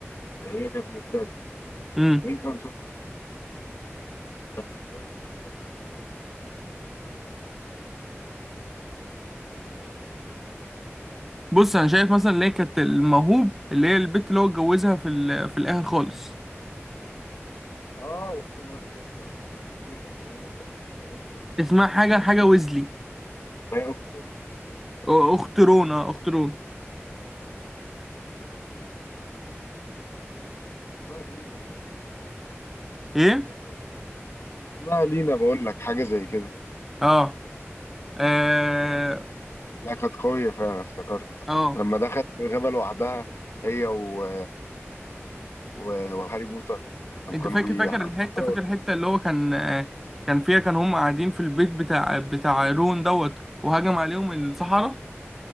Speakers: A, on the left (about 65°); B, in the centre.
A: هي كانت مجتهدة
B: امم
A: مين كان صوتها؟ لا مش جاي اسمها ولا ايه؟
B: بص انا شايف مثلا اللي هي كانت الموهوب اللي هي البت اللي هو اتجوزها في ال... في الاخر خالص
A: اه اقسم بالله كنت لسه هقول لك بتني كانت قويه قوي قوي قوي قوي
B: اسمها حاجه
A: بتني
B: حاجه ويزلي
A: هي اختهم ايوه
B: أو- اخت
A: لينا
B: رونا اخت رونا
A: اسمها لينا تقريبا
B: ايه
A: حاجه زي كده اسمها لينا بقول لك حاجه زي كده
B: اه اه
A: لا كانت قويه فعلا افتكرت
B: اه
A: لما دخلت الغابه لوحدها هي و... و... وهاري بوتر لما
B: انت
A: كانوا
B: فاكر
A: بي
B: فاكر
A: لما
B: الحته
A: حرقوا
B: فاكر
A: البيت
B: الحته اللي هو كان آه، كان فيها كان هم قاعدين في البيت بتاع بتاع رون دوت وهجم عليهم الصحراء